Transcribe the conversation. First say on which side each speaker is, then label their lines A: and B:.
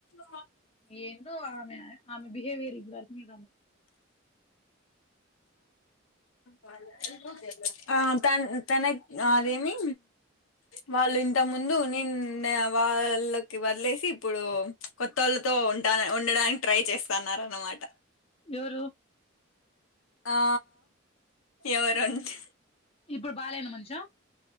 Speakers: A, on the left (about 85°); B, on the left (about 30°).
A: మా
B: ఏందో ఆమె ఆమె బిహేవియర్ ఇప్పుడు అన్ని
A: వాళ్ళ ఆ తన్ తనకి అదేంమి వాళ్ళు ఇంత ముందు నేను వాళ్ళకి వదిలేసి ఇప్పుడు కోతోలతో ఉంటా ఉండడానికి ట్రై చేస్తన్న అనమాట
B: ఎవరు.
A: ఆ ఎవరంటే.
B: ఇప్పుడు బాలేన మనిషా